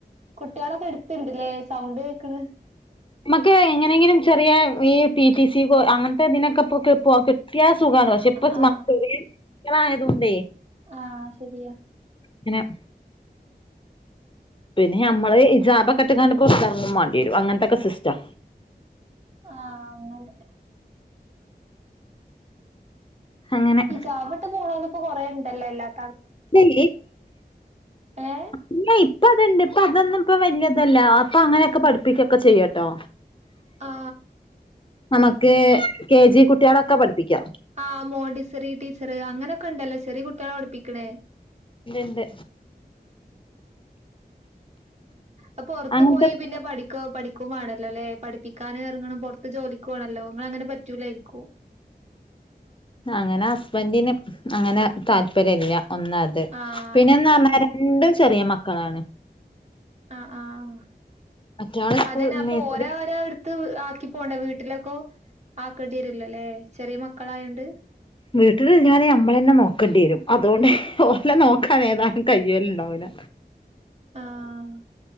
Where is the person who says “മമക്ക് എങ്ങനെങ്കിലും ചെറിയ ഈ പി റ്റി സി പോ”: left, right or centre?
Left